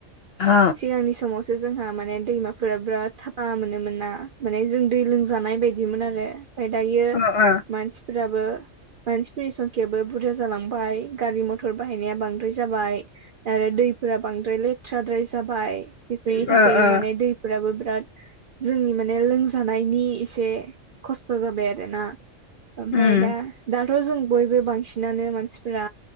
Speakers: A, on the left (about 55°); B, on the right (about 60°).
A: ओ
B: सिगांनि समावसो जोंहा माने दैमाफोरा बिराद साफा मोनोमोन ना माने जों दै लोंजानाय बायदिमोन आरो। ओमफाय दायो
A: ओ ओ
B: मानसिफोराबो मानसिफोरनि संखियाबो बुरजा जालांबाय गारि मथर बाहायनाया बांद्राय जाबाय आरो दैफोरा बांद्राय लेथ्रााद्राय जाबाय बेफोरनि
A: ओ
B: थाखायनो
A: ओ ओ
B: माने दैफोराबो बिराद जोंनि माने लोंजानायनि एसे खस्थ' जाबाय आरोना। ओमफ्राय
A: उम
B: दा दाथ' जों बयबो बांसिनानो मानसिफोरा